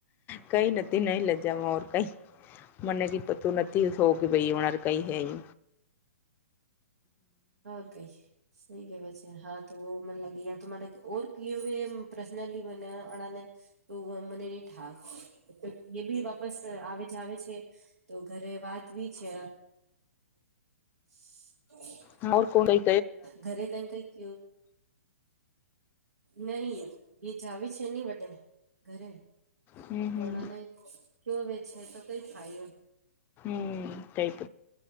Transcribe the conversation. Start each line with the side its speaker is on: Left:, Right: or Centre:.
Left: કહી નથી. નહી લજાર કઈ મને કે પતું નથી થો કે ભાઈ ઓર કઈ હ <inaudible>
Right: હોર કઈ. સઈ કેવાય છે હા તો મને લાગે યા તો મારે ઓર ક પર્સનલી મને અને. તો મને ઠા તો ભી. બસ આવે જ આવે છે, તો ઘરે વાતવી છે. <inaudible>
Left: મોર કોઈ
Right: ઘરે કઈ કઈ કુ નઈ એ જાવ છે. એ નની વ ઘરે
Left: હમ
Right: તોણાને
Left: હમ
Right: ચવે છે, તો કઈ ખાયું
Left: હમ કઈપ